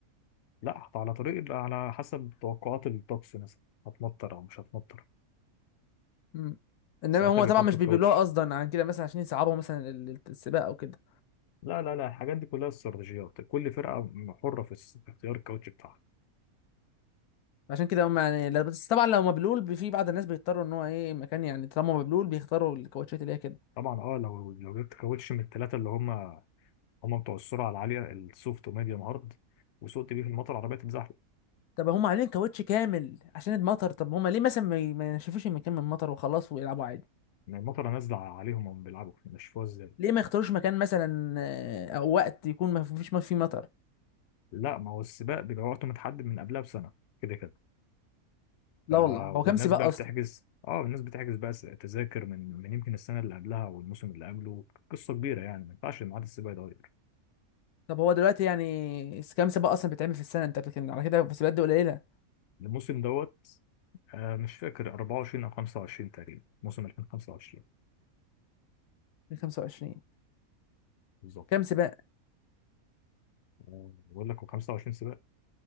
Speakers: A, on the left (about 60°); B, on the left (about 90°).
A: لا حط على طريق يبقى على حسب توقعات الطقس مثلا هتمطر او مش هتمطر
B: مم. انما
A: ساعتها
B: هم
A: بيحطوا
B: طبعا مش بيبيلوها
A: الكاوتش
B: قصدا عن كده مثلا عشان يصعبوا مثلا ال- ال- السباق او كده
A: لا لا لا الحاجات دي كلها استراتيجيات كل فرقه حره في اس- في اختيار الكاوتش بتاعها
B: عشان كده هم يعني لا- بس طبعا لو مبلول بي- في بعض الناس بيضطروا ان هو ايه مكان يعني طالما مبلول بيختاروا الكاوتشات اللي هي كده
A: طبعا اه لو لو جبت كاوتش من الثلاثه اللي هم هم بتوع السرعه العاليه السوفت وميديوم هارد وسقت بيه في المطر العربيه تتزحلق
B: طب هم عاملين كاوتش كامل عشان المطر طب هم ليه مثلا ما ي- ما ينشفوش المكان من المطر وخلاص ويلعبوا عادي
A: يعني المطره نازله عليهم وهم بيلعبوا نشفوها ازاي
B: ليه ما يختاروش مكان مثلا آه، او وقت يكون ما فيش ما فيه مطر
A: لا ما هو السباق بيبقى وقته متحدد من قبلها بسنه كده كده
B: لا
A: ف
B: والله هو كام
A: والناس
B: سباق
A: بقى
B: اصلا
A: بتحجز اه الناس بتحجز بقى س- تذاكر من من يمكن السنه اللي قبلها والموسم اللي قبله قصه كبيره يعني ما ينفعش ميعاد السباق يتغير
B: طب هو دلوقتي يعني س- كام سباق اصلا بيتعمل في السنه انت بتتكلم على كده في سباقات دي قليله
A: الموسم دوت آه مش فاكر 24 او 25 تقريبا موسم 2025
B: 25
A: بالظبط
B: كام سباق
A: آه، بقول لك هو 25 سباق